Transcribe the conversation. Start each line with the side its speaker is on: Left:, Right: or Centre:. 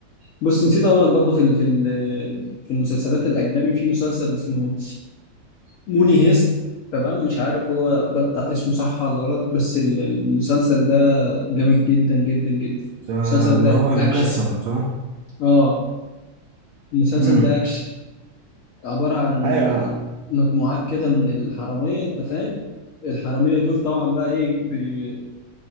Left: بص نسيت اقول لك برضو في ال- في ال- في المسلسلات الاجنبي في مسلسل اسمه موني هيست تمام مش عارف هو بلطق اسمه صح ولا غلط بس ال- المسلسل ده جامد جدا جدا جدا
Right: ده
Left: المسلسل
Right: اللي
Left: ده
Right: هو لوكاسون
Left: اكشن
Right: صح؟
Left: اه المسلسل
Right: امم
Left: ده اكشن عبارة عن
Right: ايوه آه.
Left: مجموعات كده من الحرامية أنت فاهم الحرامية دول طبعا بقى إيه بي...